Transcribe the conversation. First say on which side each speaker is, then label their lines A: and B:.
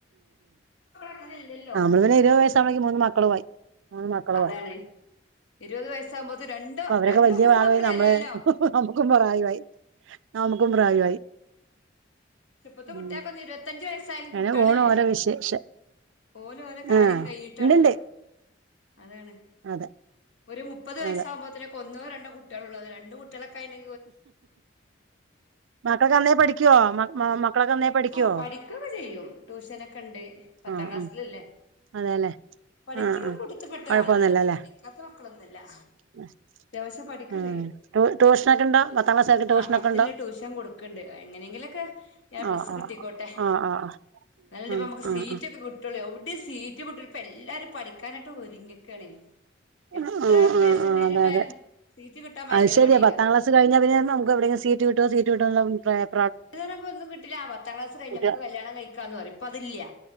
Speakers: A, on the left (about 80°); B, on the right (about 80°).
A: അങ്ങനെ ഇല്ലല്ലോ
B: നമ്മള് പിന്നെ ഇരുവത് വയസ്സാബ്ലേക്കും മൂന്ന് മക്കളു ആയി മൂന്ന് മക്കുളുയി
A: അതാണ് ഇരുപത് വയസ്സാകുമ്പോത്ത് രണ്ടോ
B: അപ്പ വരൊക്കെ
A: രണ്ടോ
B: വലിയ
A: മൂന്ന് മക്കൾ
B: നമ്മള്
A: ഏതായാലോ
B: മുക്കും പ്രായവായി നമുക്കും പ്രായവായി
A: കുട്ട്യേക്കൊന്നും
B: ഉം
A: ഇരുവത്തഞ്ച് വയസ് സായാലും
B: അങ്ങനെ
A: കുട്ടിളിലല്ലല്ലോ
B: പോണു ഓരോ വിശേഷം
A: ഓല് ഓലെ കാര്യം
B: ആഹ്
A: കൈയിട്ടാണല്ലോ
B: ഇണ്ട്ണ്ട്
A: അതാണ്
B: അതെ
A: ഒരു മുപ്പത് വയസ്സാകുമ്പോത്തിന്
B: അതെ
A: കൊന്നുരണ്ണം കുട്ടികൾ ഉള്ളത് രണ്ട്കുട്ടികൾ <unintelligible>
B: മക്കൾക്ക് ന്നന്നേ പഠിക്കുഓ മക്കളൊക്കെ പഠിക്കുവോ
A: ഹാ പഠിക്കൊക്കെ ചെയ്യും ട്യൂഷനൊക്കെ ണ്ട് പത്താം
B: ആഹ്
A: ക്ലാസ്സിലല്ലേ
B: ആഹ് അതെല്ലേ
A: പഠിക്കണ
B: ആഹ് ആഹ്
A: കൂട്ടത്തിൽ പെട്ട
B: കൊഴപ്പൊന്നുല്ലല്ലേ
A: ആളുകൾ തന്നെ പഠിക്കാത്ത മക്കളൊന്നുല്ലാ
B: <inaudible>
A: ദിവസം പഠികൊക്കെ
B: ഉം
A: കെയ്യും
B: ട്യൂ ട്യൂഷനൊക്കെ ഉണ്ടോ പത്താം ക്ലാസ്സുകാർക്ക് ട്യൂഷനൊക്കെ
A: ആ പത്തിൽ
B: ഉണ്ടോ
A: ട്യൂഷൻ കൊടുക്ക്ണ്ട് എങ്ങനെങ്കിലോ ക്കെ എ പ്ലസ്
B: ആഹ് ആഹ്
A: കിട്ടിക്കോട്ടെ
B: ആഹ് ആഹ്
A: ന്നല്ലപ്പോ
B: ആഹ്
A: മ്മക്ക്
B: ആഹ്
A: സീറ്റൊക്കെ കിട്ടുള്ളൂ ദ് സീറ്റ് <inaudible> പ്പ ല്ലാരും പഠിക്കാനാട്ട് ഒരുങ്ങിക്കാണേ
B: ആഹ്
A: എത്ര
B: ആഹ് ആഹ്
A: പേസെന്റേജ്
B: ആഹ് അതെ
A: ഉണ്ടായാലും
B: അതെ
A: സീറ്റ് കിട്ടാൻ ഭയങ്കര
B: അത് ശരിയാ
A: പണീകാരം.
B: പത്താം ക്ലാസ് കഴിഞ്ഞാ പിന്നെ നമുക്ക് എവിടെയെങ്കിലും സീറ്റ് കിട്ട്വോ സീറ്റ് കിട്ട്വോന്നൊള്ളഭിപ്രായം.
A: ഇത്പ്പോ ഒന്നും കിട്ടീല്ല, ആ പത്താം ക്ലാസ് കഴിഞ്ഞ്
B: കുട്ടിക
A: നമുക്ക് കല്യാണം കഴിക്കാന്ന് പറയും, ഇപ്പൊ അതില്ല്യ.